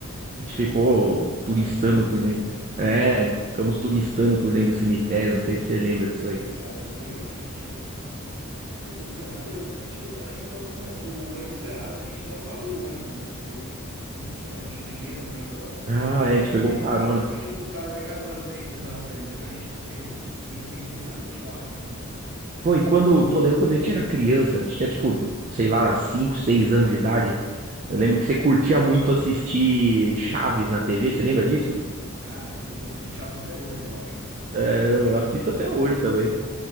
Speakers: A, on the right; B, on the right.
A: A gente ficou turistando
B: Foi até expulso,
A: por dentro.
B: né?
A: É,
B: É,
A: ficamos turistando por dentro do cemitério, não sei se você lembra disso aí.
B: cara, eu lembro, a gente pegou o busão errado. Eu lembro que a gente pegou, além de pegar o, busão, o ônibus errado, a gente não pagou o ônibus ainda, porque eu, não sei lá, não tinha dinheiro, não lembro agora.
A: Ah, é, a gente
B: Eu sei
A: pegou
B: que a
A: carona.
B: gente, eu acho que a gente pediu pro cara da carona pra gente, exato. Ele deixou a gente em qualquer esquina que a gente nem sabia onde tava, né?
A: Pô, e quando, pô, lembra quando a gente era criança, a gente tinha tipo, sei lá, 5 6 anos de idade. Eu lembro que você curtia muito assistir Chaves na TV, você lembra disso?
B: Cara, eu gosto muito de Chaves até hoje, eu acho, assim.
A: É,
B: <laughs>
A: eu
B: Eu
A: assisto até
B: lembro
A: hoje também.